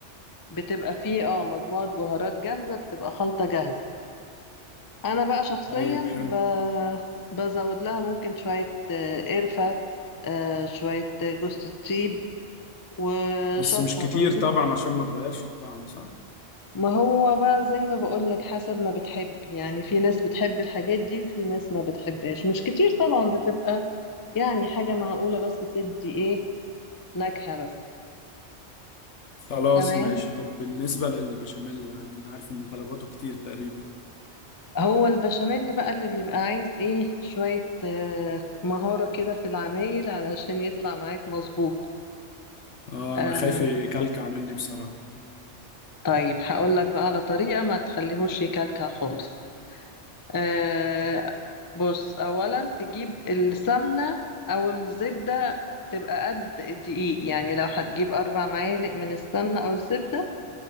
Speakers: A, on the left (about 25°); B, on the left (about 80°).
A: بتبقى فيه اه مجموعة بهارات جاهزة بتبقى خلطة جاهزة أنا بقى شخصيا
B: طيب حلو
A: ب... بزود لها ممكن شوية آه، قرفة آه شوية جوز الطيب وشطة
B: بس مش كتير
A: برضو
B: طبعا عشان ما تغيرش الطعم صح؟
A: ما هو بقى زي ما بقولك حسب ما بتحب يعني في ناس بتحب الحاجات دي وفي ناس ما بتحبهاش مش كتير طبعا بتبقى يعني حاجة معقولة بس تدي ايه نكهة بس
B: خلاص
A: تمام
B: ماشي طب بالنسبة للبشاميل يعني أنا عارف إن طلباته كتير تقريبا
A: هو البشاميل بقى اللي بيبقى عايز ايه شوية آه، مهارة كده في العمايل علشان يطلع معاك مظبوط
B: اه
A: آه
B: انا خايف يكلكع مني بصراحة
A: طيب هقولك بقى على طريقة ما تخليهوش يكلكع خالص آه بص اولا تجيب السمنه او الزبده تبقى قد الدقيق يعني لو هتجيب اربع معالق من السمنه او الزبده